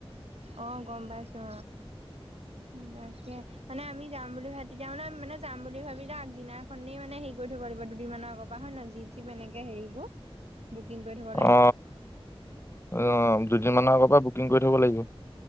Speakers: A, on the right; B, on the left.
A: অহ', গম পাইছো উম্ তাকে মানে আমি যাম বুলি ভাব তেতিয়া মানে- মানে যাম বুলি ভাবিলে আগদিনাখনেই মানে হেৰি কৰি থব লাগিব দুদিনমানৰ আগৰ পৰা হয় নে নহয় জীপ- চিপ এনেকে হেৰিবোৰ, বুকিং কৰি থ'বলে
B: অ -অ দুদিন মানৰ আগত, বা বুকিং কৰি থব লাগিব।